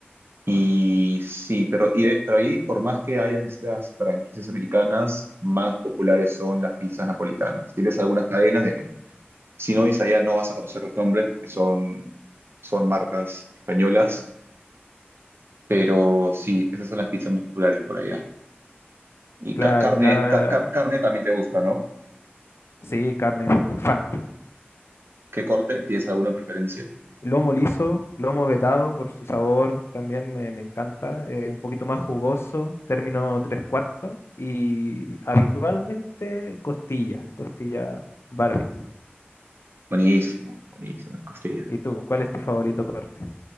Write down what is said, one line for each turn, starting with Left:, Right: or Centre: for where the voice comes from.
Right: Y sí, pero, y de- pero ahí, por más que hayan estas franquicias americanas, más populares son las pizzas napolitanas. Tienes algunas cadenas de, bueno, si no ves allá no vas a conocer los nombres porque son, son marcas españolas, pero sí, esas son las pizzas más populares por allá. Y
Left: claro.
Right: ca- carne,
Left: La,
Right: ca- ca- carne también te gusta, ¿no?
Left: sí, carne, fan.
Right: ¿Qué corte? ¿Tienes alguna preferencia?
Left: Lomo liso, lomo vetado por su sabor, también me, me encanta. eh, un poquito más jugoso, término tres cuartos. Y habitualmente costilla, costilla barbecue.
Right: Buenísimo, buenísimo, costilla.
Left: ¿Y tú? ¿Cuál es tu favorito corte